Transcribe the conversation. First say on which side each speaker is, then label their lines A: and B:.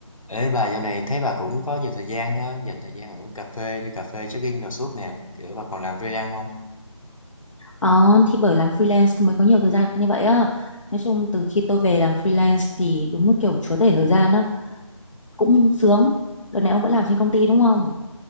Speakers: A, on the left (about 80°); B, on the left (about 65°).
A: Ê bà dạo này thấy bà cũng có nhiều thời gian ha, dành thời gian ở cà phê, đi cà phê check-in đồ suốt nè, kiểu bà còn làm freelance không?
B: Ờ, thì bởi làm freelance mới có nhiều thời gian như vậy á. Nói chung từ khi tôi về làm freelance thì đúng là kiểu chúa tể thời gian á, cũng sướng. Đợt này ông vẫn làm trên công ty đúng không?